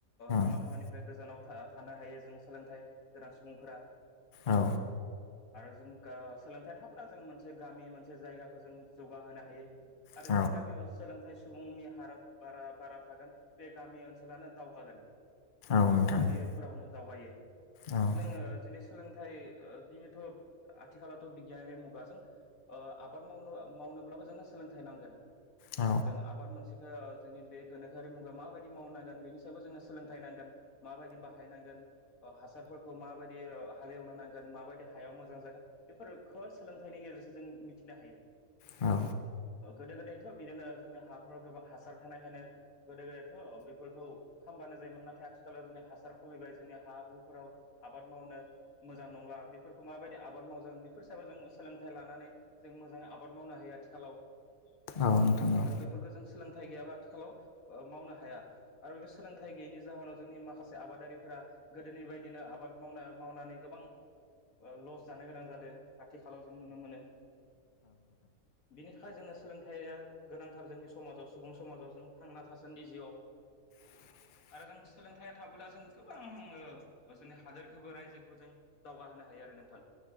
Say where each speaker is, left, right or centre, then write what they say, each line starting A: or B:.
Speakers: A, on the left (about 75°); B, on the left (about 40°).
A: हामा
B: औ
A: खामानिफ्राय गोजानाव थानो हायो जों सोलोंथाइ गोनां सुबुंफोरा
B: औ।
A: आरो जों सोलोंथाइ थाब्ला जों मोनसे गामि मोनसे जायगाखौ जों जौगाहोनो हायो। आरो
B: औ
A: जे गामियाव सोलोंथाइ सुबुंनि हारा बारा बारा थागोन बे गामि ओनसोलानो दावगागोन जिखुनु
B: औ नोंथां
A: खामानिफोराव
B: औ नोंथां औ नोंथां
A: नो दावगायो। <unintelligible>
B: औ
A: सोलोंथाइ बिनोथ' आथिखालावथ' बिगियानारि मुगाजों आबाद मावनो माव नोल्बाबो जोंनो सोलोंथाइ नांगोन।
B: औ
A: जों आबाद मोनसेखौ जोंनि बे गोनोखोआरि मुगायाव माबायदि मावनांगोन बेनि सायावबो जोंनो सोलोंथाइ नांगोन माबायदि बाहायनांगोन हासारफोरखौ माबायदि हालिएवनो नांगोन माबायदि हायाव मोजां जागोन बेफोरखौ सोलोंथाइनि गेजेरजों जों मिथिनो हायो।
B: औ।
A: गोदो गोदायथ' बिदिनो जोंनि हाफोराव गोबां हासार थानायखायनो गोदो गोदायथ' बेफोरखौ खामबानो जायोमोन नाथाय आथिखालाव जोंनि हासार खमायबाय जोंनि हा हुफोराव आबाद मावनो मोजां नंला बेफोरखौ माबायदि आबाद मावजागोन बेफोरनि सायाव जों सोलोंथाइ लानानै जों मोजां आबाद मावनो हायो आथिखालाव।
B: औ नोंथां औ।
A: आरो बेफोरखौ जों सोलोंथाइ गैयाबा आथिखालाव मावनो हाया आरो बे सोलोंथाइ गैयैनि जाहोनाव जोंनि माखासे आबादारिफोरा गोदोनि बायदिनो आबाद मावना मावनानै गोबां लस जानो गोनां जादों आथिखालाव जों नुनो मोनो बिनि थाखा य जोंनो सोलोंथाइया गोनांथार जोंनि समाजाव सुबुं समाजाव जों थांना थासान्दि जिउआव
B: <inaudible>
A: आरो जों सोलोंथाइ थाबोला जों गोबां जोंनि हादोरखौबो रायजोखौबो जों दावगा होनो हा यो नोंथां।